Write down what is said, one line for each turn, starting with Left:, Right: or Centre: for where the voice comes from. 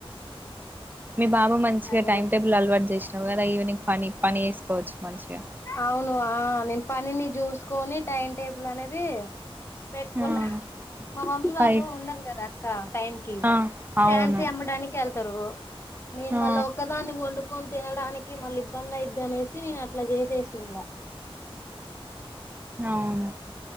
Right: మీ బాబు మంచిగా
Left: అదేలే
Right: టైమ్ టేబుల్ అలవాటు చేసినావు కదా ఈవినింగ్ పని పని చేేసుకోవచ్చు మంచిగా
Left: అవును ఆ నేను పనిని చూసుకోని టైం టేబుల్ అనేది పెట్టుకున్న
Right: ఆ
Left: మా మమ్మీ వాళ్ళు
Right: ఫైవ్
Left: ఉండరు కద అక్క టైం కి
Right: ఆ
Left: ఫ్యాన్సీ
Right: అవును
Left: అమ్మడానికి వెళ్తారు నేన్
Right: ఆ
Left: మళ్ళ ఒక్కదాని వండుకో తినడానికి మళ్ళీ ఇబ్బంది అయిద్ది అనేసి నేను అట్లా చేసేసిన ఇంకా
Right: అవును